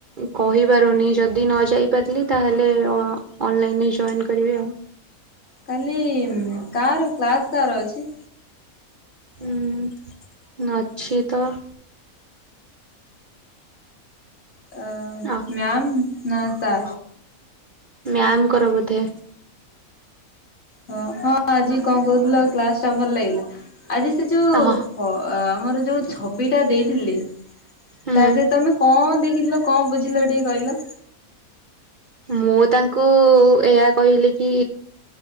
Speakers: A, on the right; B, on the left.
A: କହିପାରୁନି ଯଦି ନ ଯାଇପାରିଲି ତାହଲେ ଆଲଲାଇନ ଜୈନ କରିବି ଆଉ।
B: କାଲି କାର କ୍ଲାସ କାର ଅଛି।
A: ହୁଁ ଅଛି ତ। <inaudible>
B: ଅ
A: ଆଉ
B: ମ୍ୟାମ। ନା ତ
A: ମ୍ୟାମଙ୍କର ବୋଧେ।
B: ହ ହଁ ଆଜି କଣ କହୁଥିଲ କ୍ଲାସ ଟା ଭଲ ଲାଗିଲା। ଆଜି ସେ ଯୋଉ
A: ହଁ
B: ଆମର ଯୋଉ ଛବି ଟା ଦେଇଥିଲି। ତା
A: ହୁଁ
B: ଦେହରେ ତମେ କଣ ଦେିଲ କଣ ବୁଝିଲ ଟିକେ କହିଲ।
A: ମୁଁ ତାଙ୍କୁ ଏହା କହିଲି କି